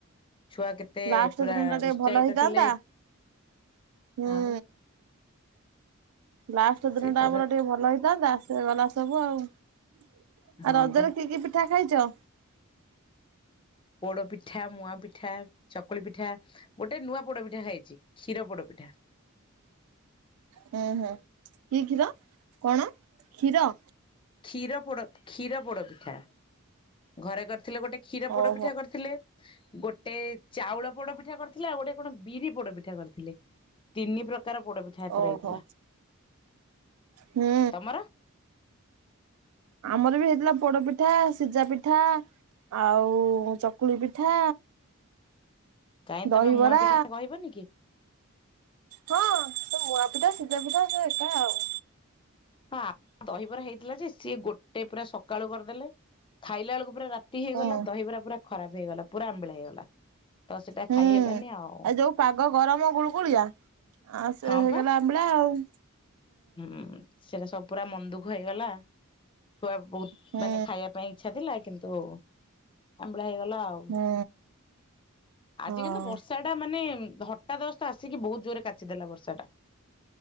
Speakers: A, on the left; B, on the right.
A: ଛୁଆ କେତେ
B: ଲାଷ୍ଟ
A: ପୁରା
B: ଦିନ ଟା ଟିକେ
A: ଉତ୍ସାହିତ
B: ଭଲ ହେଇଥାନ୍ତା।
A: ଥିଲେ
B: ହୁଁ।
A: ଆଉ।
B: ଲାଷ୍ଟ
A: ସିଏ
B: ଦିନ ଟା
A: ତ
B: ଆମର ଟିକେ ଭଲ ହେଇଥାନ୍ତା ସେ ଗଲା ସବୁ ଆଉ। ଆଉ
A: ହଁ
B: ରଜରେ
A: ପା
B: କିଏ କିଏ ପିଠା ଖାଇଛ।
A: ପୋଡପିଠା ମୁଆ ପିଠା ଚକୁଳି ପିଠା ଗୋଟେ ନୂଆ ପୋଡପିଠା ଖାଇଛି କ୍ଷୀର ପୋଡପିଠା।
B: ହୁଁ ହୁଁ କି କ୍ଷୀର କଣ କ୍ଷୀର।
A: କ୍ଷୀର ପୋଡ କ୍ଷୀର ପୋଡ ପିଠା ଘରେ କରି ଥିଲେ ଗୋଟେ କ୍ଷୀର ପୋଡ
B: ଓହୋ
A: ପିଠା କରିଥିଲେ। ଗୋଟେ ଚାଉଳ ପଡ ପା କରିଥିଲାଉ ଗୋଟେ କଣ ବିରି ପୋଡ ପିଠା କରିଥିଲେ। ତିନି ପ୍ରକାର ପୋଡ ପିଠା ଏଥର
B: ଓହୋ
A: ହେଇଥିଲା
B: ହୁଁ
A: ତମର?
B: ଆମର ବି ହେଇଥିଲା ପୋଡ ପିଠା ସିଝା ପିଠା ଆଉ ଚକୁଳି ପିଠା
A: କାଇହିଁ
B: ଦହିବରା
A: ତମେ ମୁୂଆ ପିଠା ଟା କହିବନି କି?
B: ହଁ ତୁ ମୁଁଆ ପିଧା ସୂଜା ପିଠା ହ ଏକା ଆଉ।
A: ହଁ ଦହ ପରା ହେଇଥିଲା ଯେ ସିଏ ଗୋଟେ ପୁରା ସକାଳୁ କରିଦେଲେ ଖାଇଲା ବେଳକୁ ପୁରା ରା ତି ହେଇଗଲା
B: ହୁଁ
A: ଦହିବରା ପୁରା ଖରାପ ହେଇଗଲା ପୁରା ଆମ୍ବିଳା ହେଇଗଲା ତ ସେଟା
B: ହୁଁ
A: ଖାଇ ହେଲାନି ଆଉ
B: ଏ ଯୋଉ ପାଗ ଗରମ ଗୁଳୁଗୁଳିଆ ଆଉ ସେ
A: ହଁ
B: ହେଇଗଲା
A: ପା।
B: ଆମ୍ବିଳା ଆଉ ହୁଁ
A: ହୁଁ ସେଇଟା ସବୁ ପୁରା ମନ୍ଦୁଖ ହେଇଗଲା ଛୁଆ ବହୁତ
B: ହୁଁ
A: ମାନେ ଖାଇବା ପାଇଁ ଇଚ୍ଛା ଥିଲା କିନ୍ତୁ ତ ଆମ ହେଇଗଲା ଆଉ
B: ହୁଁ ହଁ
A: ଆଜି କିନ୍ତୁ ବର୍ଷା ଟା ମାନେ ହଟା ଦସ୍ତ ଆସିକି ବହୁତ ଜୋରେ କାଚିଦେଲା ବର୍ଷା ଟା